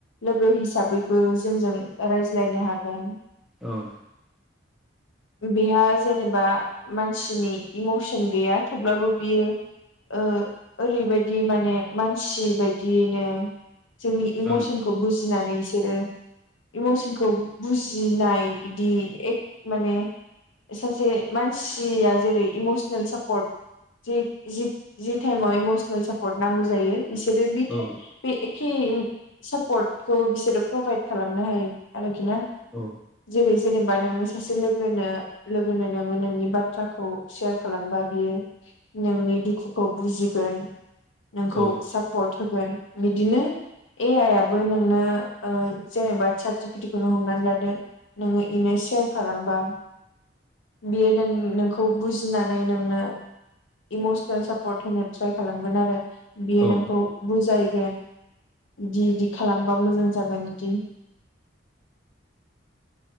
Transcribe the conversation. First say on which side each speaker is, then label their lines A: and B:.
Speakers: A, on the left (about 85°); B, in the centre.
A: लोगो हिसाबैबो जोंजों रायज्लायनो हागोन
B: औ
A: बेहा जेनेबा मानसिनि इमसन गैया थेवब्लाबो बियो ओ ओरैबायदि माने मानसि बायदियैनो जोंनि इमसनखौ
B: ओं
A: बुजिनानै बिसोरो इमसनखौ बुजिनाय बिदि एक माने सासे मानसिया जेरै इम'सनेल सापर्ट जि जि जि टाइमाव इमसनेल सापर्ट नांगौ जायो इसोर बि
B: औ
A: थाइ बे एखे पर्ट खौ बिसोरो प्रभाइद खालामनो हायो आरोखि ना
B: औ
A: जेरै जेनेबा नोङो सासे लोगोनो लोगोनो नोङो नोंनि बाथ्राखौ सेयार खालामबा बियो नोंनि दुखुखौ बुजिगोन नोंखौ
B: औ
A: सापर्ट होगोन बिदिनो ए आइ आबो नोंनो ओ जेनेबा सार्टजिपितिखौनो हमनानै लादो नोङो इनो सेयार खालामबा बियो नों नोंखौ बुजि जिनानै नोंनो इमसनेल सापर्ट होनो ट्राइ खालामगोन आरो बियो
B: औ
A: नोंखौ
B: औ
A: बुजायगोन बिदि इदि खालामबा मोजां जागोन बिदि